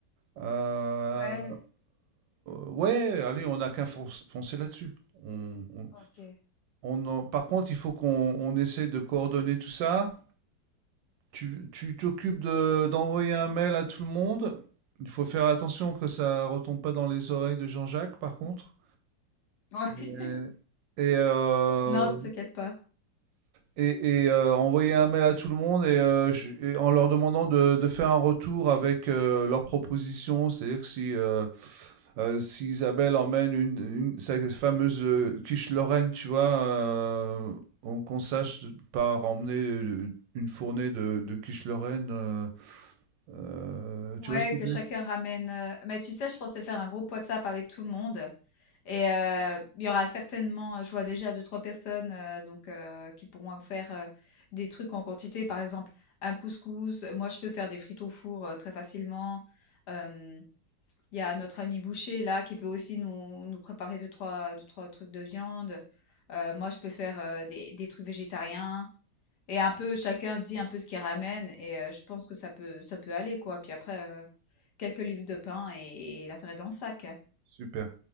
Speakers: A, on the right; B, on the left.
A: Euh,
B: Ouais,
A: ouais, allez, on n'a qu'à fonc- foncer là-dessus. On, on-
B: OK. Ouais.
A: on en- par contre, il faut qu'on on essaye de coordonner tout ça. Tu tu t'occupes de- d'envoyer un mail à tout le monde. Il faut faire attention que ça retombe pas dans les oreilles de Jean-Jacques, par contre.
B: <laughs>
A: Euh, Et, euh,
B: Non, t'inquiète pas.
A: et, et, euh, envoyer un mail à tout le monde et, euh, je- et en leur demandant de, de faire un retour avec euh, leurs propositions. C'est-à-dire que si, euh, Euh, si Isabelle emmène une, une- sa fameuse euh, quiche Lorraine, tu vois, euh, on- qu'on sache de- pas emmener euh, une fournée de, de quiche Lorraine, euh, euh,
B: Ouais,
A: tu vois, s'il te
B: que
A: plaît.
B: chacun ramène, heu mais tu sais, je pensais faire un groupe WhatsApp avec tout le monde Et heu, il y aura certainement euh, je vois déjà deux trois personnes, heu, donc heu, qui pourront faire, heu, des trucs en quantité. Par exemple, un couscous, euh, moi je peux faire des frites au four, heu, très facilement. Hem, il y a notre ami boucher là qui peut aussi nous nous préparer deux trois deux trois trucs de viande. Heu, moi je peux faire, heu, des des trucs végétariens et un peu chacun dit un peu ce qu'il ramène et heu, je pense que ça peut ça peut aller quoi. Puis après, heu, quelques livres de pain et et l'affaire est dans le sac.
A: Super.